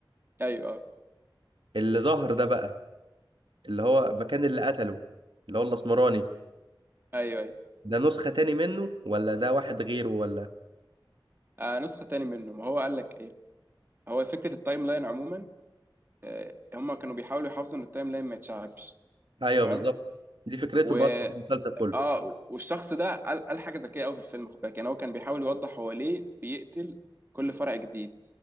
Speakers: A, on the right (about 25°); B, on the right (about 70°).
A: ايوه اه
B: اللي ظهر ده بقى اللي هو مكان اللي قتله اللي هو الاسمراني
A: ايوه ايوه
B: ده نسخه تاني منه ولا ده واحد غيره ولا
A: آه نسخه تاني منه ما هو قال لك ايه هو فكره التايم لاين عموما آه هم كانوا بيحاولوا يحافظوا ان التايم لاين ما يتشعبش
B: ايوه
A: تمام
B: بالظبط دي فكرتهم
A: و
B: اصلا في المسلسل كله
A: اه والشخص ده قال, قال حاجه ذكيه قوي في الفيلم خد بالك يعني هو كان بيحاول يوضح هو ليه بيقتل كل فرع جديد